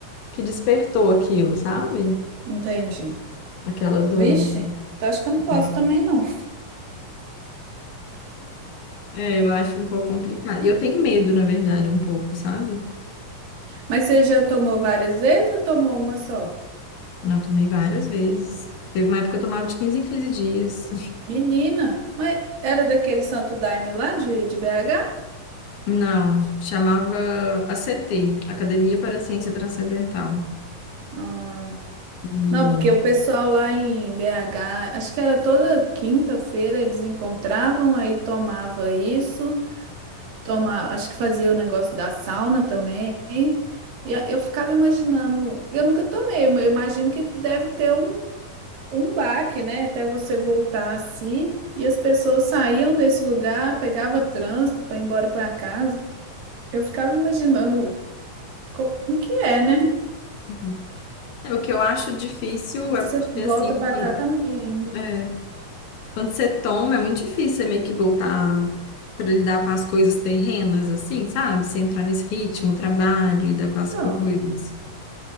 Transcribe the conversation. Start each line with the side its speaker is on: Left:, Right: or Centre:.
Left: que despertou aquilo, sabe?
Right: entendi.
Left: Aquela doença.
Right: Vixe, então acho que eu não posso
Left: É,
Right: também não.
Left: É, eu acho um pouco complicado. E eu tenho medo, na verdade, um pouco, sabe?
Right: Mas você já tomou várias vezes ou tomou uma só?
Left: Eu tomei várias vezes. Teve uma época que eu tomava de 15 em 15 dias.
Right: Menina, mas era daquele Santo Daime lá de, de BH?
Left: Não, chamava ACT, Academia para a Ciência Transcendental.
Right: Hum.
Left: E
Right: Não, porque o pessoal lá em BH, acho que era toda quinta-feira eles encontravam, aí tomava isso. tomar, acho que fazia o negócio da sauna também. E a- eu ficava imaginando, eu nunca tomei, eu imagino que deve ter um, um baque, né? Até você voltar assim. E as pessoas saíam desse lugar, pegava trânsito para ir embora para casa. Eu ficava imaginando como que é, né?
Left: Uhum. é, o que eu acho difícil
Right: Você
Left: é porque,
Right: volta
Left: assim,
Right: para
Left: quando,
Right: casa também ainda.
Left: é, quando você toma, é muito difícil você meio que voltar para lidar com as coisas terrenas, assim, sabe? Você entrar nesse ritmo, trabalho, lidar com as
Right: Não.
Left: coisas.